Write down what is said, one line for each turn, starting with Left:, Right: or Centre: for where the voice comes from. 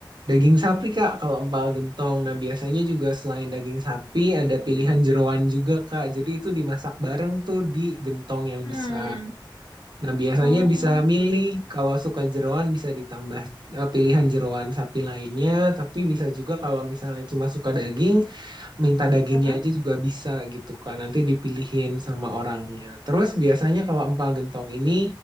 Right: Daging sapi Kak, kalau empal gentong. Nah, biasanya juga selain daging sapi ada pilihan jeroan juga Kak. Jadi itu dimasak bareng tuh di gentong yang
Left: Hmm.
Right: besar. Nah, biasanya
Left: Oh,
Right: bisa milih kalau suka jeroan bisa ditambah eh, pilihan jeroan sapi lainnya, tapi bisa juga kalau misalnya cuma suka daging minta dagingnya
Left: mm-mm.
Right: aja juga bisa gitu kan nanti dipilihin sama orangnya terus biasanya kalau empal gentong ini